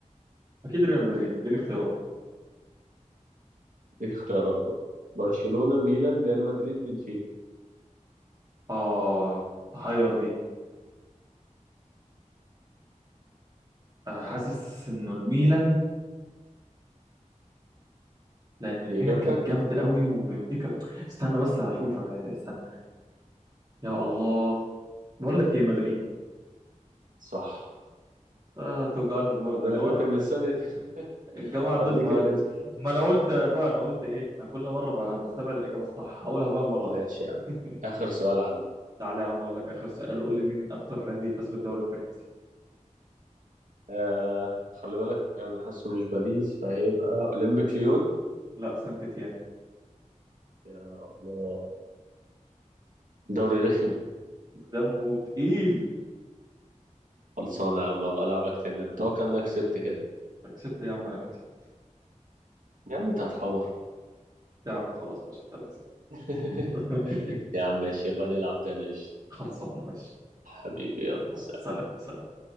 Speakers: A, on the right; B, on the right.
A: اكيد ريال مدريد اديني اختيارات
B: ديك اختيارات بقى برشلونة ميلان ريال مدريد بنفيكا
A: اه تحير دي آه، حاسس انه الميلان لان
B: دي
A: الميلان
B: إجابتك
A: كانت جامد قوي وبنفيكا استنى بس هشوف آه، استنى يا الله بقول لك ايه مدريد
B: صح
A: آه توجعنا دماغنا
B: أنا
A: ليه ور
B: كنت مستني
A: الجماعه
B: <laughs> بديك
A: دول ما
B: الريسك
A: ما انا قلت بقى انا قلت ايه انا كل مره بقى بستبعد الاجابه الصح هقولها بقى المره
B: ماشي يا عم
A: دي
B: آخر
A: <laughs>
B: سؤال عندي
A: تعالى يا عم اقول لك اخر سؤال قول لي مين اكتر نادي فاز بالدوري الفرنسي
B: آه خلي بالك أنا حاسه مش باريس فهيبقى أولمبيك ليون
A: لا سانت تيان
B: يا الله دوري رخم
A: دمه تقيل
B: خلصانة يا عم أبقى ألعبك تاني أتوقع إنك كسبت كده
A: كسبت يا عم انا اللي كسبت
B: يا عم أنت هتحور
A: يا عم خلاص ماشي انت اللي كسبت <laughs>
B: <laughs> يا عم ماشي يبقى نلعب تاني قشطة.
A: خلصانه ماشي
B: حبيبي يلا
A: يلا،
B: سلام
A: سلام سلام